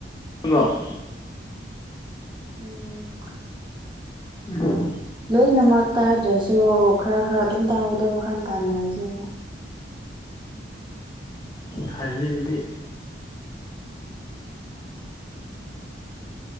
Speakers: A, on the left; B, on the right.
A: ꯇꯥꯕꯔꯣ
B: ꯎꯝ ꯑꯣ
A: ꯎꯝ
B: ꯂꯣꯏꯅꯃꯛ ꯇꯥꯗ꯭ꯔꯁꯨ ꯈꯔ ꯈꯔ ꯑꯗꯨꯝ ꯇꯥꯕꯗꯣ ꯋꯥꯈꯜ ꯇꯥꯅꯔꯁꯦꯅ
A: ꯐꯩꯅꯦ ꯑꯗꯨꯗꯤ